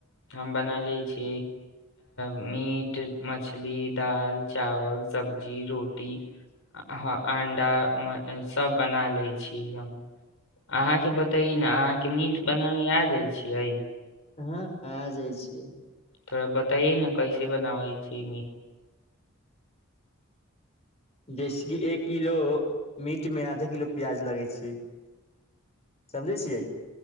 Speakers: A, on the left; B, on the left.
A: हम बना लेइत छी मीट मछली दाल चावल सब्जी रोटी रोटी आ हाँ अंडा सभ बना लैय छी हम अहाँके बतैय ने अहाँके मीट बनाबे आ जाइ छियै
B: हँ आ जाइ छीयै
A: थोड़ा बताइय ने कैसे बनावै छैी
B: जैस एक किलो मीट मे आधा किलो प्याज लगै छै समझे छियै